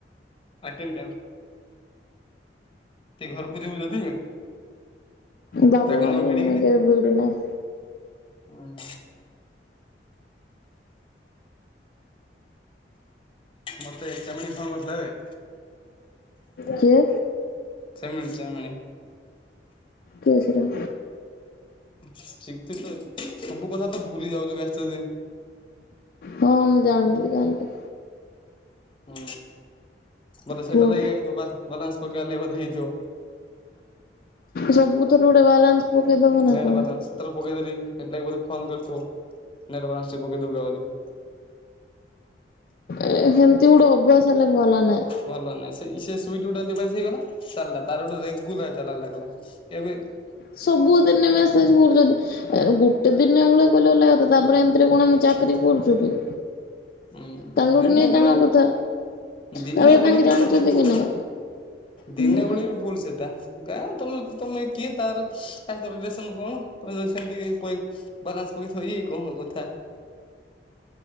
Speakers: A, on the left (about 30°); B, on the left (about 55°).
A: <unintelligible> ସେ ଘରକୁ ଯିବୁ ଯଦି
B: ବାବୁ
A: ତାକୁ
B: ମାନଙ୍କୁ
A: ନ ଭିଡିକିରି
B: ମୁଇଁ କେବେ ଭିଡି ନାହିଁ।
A: ହୁଁ। ମତେ ଚାମିନୀ ଫୋନ୍ କରିଥିଲା ହେ।
B: <inaudible> କିଏ?
A: ଚେମିଣୀ ଚାମିଣୀ।
B: କିଏ ସେ ରେ?
A: ଶିକ୍ ତେ ତ ସବୁ କଥା ତ ଭୁଲି ଯାଉଚୁ ବ୍ୟାସ୍ତ ରେ।
B: ହଁ ମୁଁ ଜାଣଲି ଜାଣିଲି।
A: ହୁଁ ବୋଧେ ସେଟା
B: କୁହ
A: ଲାଗିଆ ହେଇଥିବ ବାଦ୍ ବାଲାନ୍ସ ପକାଇବା ଲାଗି ବୋଧେ ହେଇଥିବ।
B: ସବୁଥରେ ଗୁଟେ ବାଲାନ୍ସ ପକେଇଦବ ନା
A: ନେଟ୍
B: କଣ?
A: ବାଲାନ୍ସ ସେଥରବି ପକେଇଦେଲି ସେଥି ଲାଗି ବୋଧେ ଫୋନ କରିଥିବ। ନେଟ୍ ବାଲାନ୍ସ ଟିକେ ପକେଇ ଦବ ବୋଲି।
B: ଏ ହେମିତି ଗୁଟେ ଅଭ୍ୟାସ ହେଲେ ଭଲ ନାଇଁ।
A: ଭଲ ନାଇଁ ସେଇ ସେ ସୁଇଟି ଗୁଟେ ନିବାସ ହେଇଗଲା ଚାଲିଲା ତାର ସେଠୁ ରେଗୁଲାର ଚାଲାନ ଲାଗିଗଲା। ଏବେ
B: ସବୁ ଦିନେ ମେସେଜ କରୁଛନ୍ତି ଏ ଗୁଟେ ଦିନ ଉଳେ କହିଲେ ଅଲଗା କଥା ତାପରେ ଏମିତିରେ କଣ ଆମେ
A: ଉଁ
B: ଚାକିରି କରୁଛୁ କି।
A: ଉଁ
B: ତାଙ୍କଠୁ
A: ଦିନେ
B: ନେଇ
A: ବେଳେ
B: ଜିଣା କଥା।
A: ଦିନେ
B: ତାପରେ
A: ହୁଳି
B: ତାଙ୍କେ
A: ବି
B: ଜାଣିଛନ୍ତି
A: ସେଟା ଭୁଲ
B: କି ନାଇଁ
A: ଦିନେ
B: ହୁଁ
A: ବୁଳେଇ ବି ଭୁଲ ସେଟା। ଗାଁ ତମେ ତମେ କିଏ ତାର ଏନ୍ତ ରିଲେସନ କଣ? କହିବ ସେମିତି ପ ବାଲାନ୍ସ ପକେଇ ଥିବ ଏକଣ କଥା?